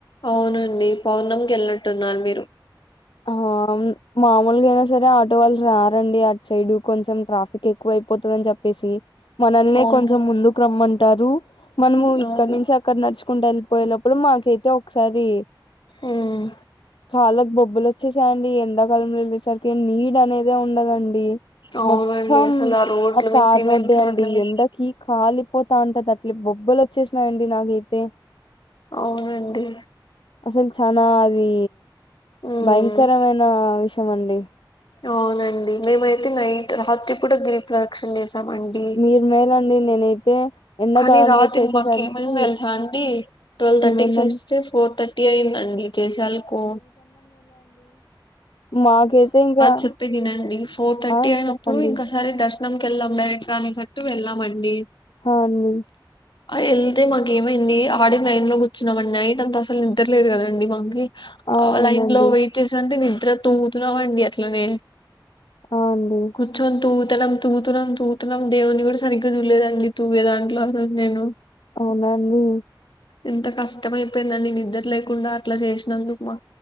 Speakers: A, on the left; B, on the left.
A: అవునండి పౌర్ణమికి వెళ్ళట్టున్నారు మీరు
B: ఆ మామూలుగా అయినా సరే ఆటో వాళ్ళు రారండి అటు సైడ్ కొంచెం ట్రాఫిక్ ఎక్కువ అయిపోతదని చెప్ప చెప్పేసి మనల్నే
A: అవును
B: కొంచం ముందుకు రమ్మంటారు మనము
A: అవును
B: ఇక్కడ నుంచి అక్కడ నడుచుకుంటూ వెళ్ళిపోయేనప్పుడు మాకైతే ఒకసారి
A: ఉమ్
B: కళ్ళకి బొబ్బలు వచ్చేసాయండి ఎండాకాలంంలో వెళ్దేసరికి నీడ్ అనేదే ఉండదండి
A: అవునండి
B: మొత్తం
A: అసలు రోడ్ల
B: ఆ
A: మీద
B: తార్
A: సిమెంట్
B: రోడ్డే
A: రోడ్ల
B: అండి
A: మీద
B: ఎండకి కాళీ అయిపోతా ఉంటది అట్లే బొబ్బలు వచ్చేసినాయంండి నాకైతే
A: అవునండి
B: అసలు చాలా అది
A: ఉమ్
B: భయంకరమైన విషయం అండి
A: అవునండి మేమయితే నైట్ రాత్రి కూడా గిరి ప్రదక్షిణ చేస్ డి
B: మీరు మేలండి నేనైతే ఎండాకాలంలో
A: కానీ రాత్రి
B: చేసేసరికి
A: మాకు ఏమైంది తెలుసా అండి ట్వెల్వ్ థర్టీకి
B: ఏమైందండి
A: చేస్తే ఫోర్ థర్టీ అయిందండి చేసాల కో
B: మాక్ అయితే ఇంకా
A: చెప్పే ఇనండి ఫోర్ థర్టీ
B: ఆ
A: అయినప్పుడు
B: చెప్పండి
A: ఇంకాసారి దర్శన దర్శనం కి వెళ్దాం డైరెక్ట్ గానే సరికి వెళ్ళామండి
B: హా అండి
A: వెళ్తే మాక ఏమైంది ఆడే నలైన్ లో కూర్చున్నాంమండి నైట్ అంత అసలు నిద్రలేదు కదండి మాకి
B: అవునండి
A: లైన్లో వెయిట్ చేశా అంటే నిద్ర తూగుతున్నామండి అట్లనే
B: ఆ అండి
A: కూర్చొన్ తూ త్తనం తూగుతున్నాం తూగుతున్నాం దేవున్ని గుడా సరిగ్గ చూడ్లేదండి తూగే దాంట్లో అసల్ నేను
B: అవునండి
A: ఎంత కష్టమైపోయిందండి నిద్దర్ లేకుండా అట్లా చేసినందుకు మా